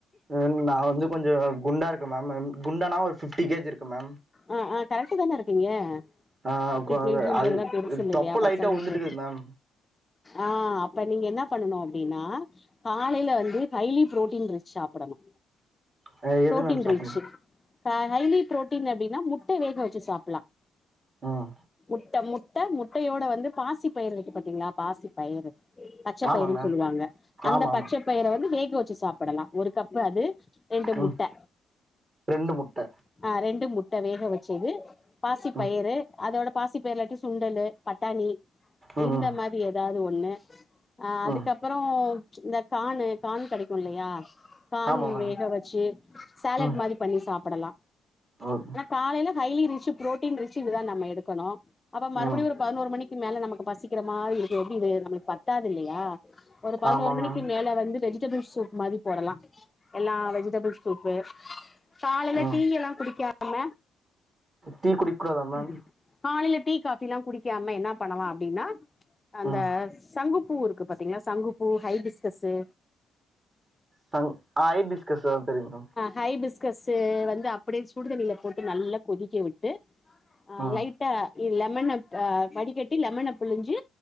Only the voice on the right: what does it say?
மேம் நா வந்து கொஞ்சோ குண்டா இருக்கே மேம் குண்டானா ஒரு ஃபிஃப்டி கேஜி இருக்கே மேம்
ஆ
கொ
அது
தொப்ப
லைட்டா
உழுந்துட்டுக்குது மேம்
அ எது
மேம் சாப்புட்ணு
ம்
ஆமா மேம்
ஆமா ஆமா
ம்
ரெண்டு முட்ட
ம்
ம்
ம்
ம்
ஆமா மேம்
ம்
ஓகே
ம்
ஆமா
மேம்
ம்
டீ குடிக்கூடாதா மேம்
ம்
சங் ஐ பிஸ்கஸ்சு தெரியு மேம்
ம்